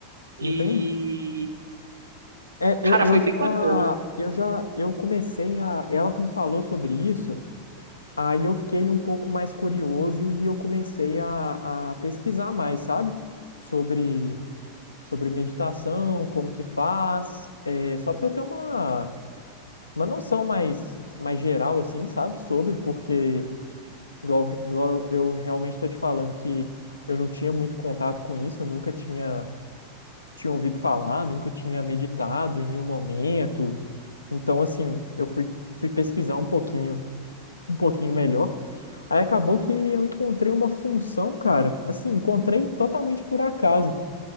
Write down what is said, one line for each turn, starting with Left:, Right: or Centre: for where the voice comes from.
Right: E,
Left: entendi. É, eu,
Right: cara,
Left: eu
Right: foi
Left: já,
Right: bem bacana.
Left: eu já, eu comecei a, ela me falou sobre isso, aí eu fiquei um pouco mais curioso e eu comecei a, a pesquisar mais, sabe? Sobre, sobre meditação, como que faz, é, só para eu ter uma, uma noção mais, mais geral, assim, sabe? Sobre, porque, igual, igual eu realmente estou te falando que eu não tinha muito contato com isso, eu nunca tinha, tinha ouvido falar, nunca tinha meditado em nenhum momento. Então, assim, eu fui, fui pesquisar um pouquinho, um pouquinho melhor. Aí acabou que eu encontrei uma função, cara, assim, encontrei totalmente por acaso.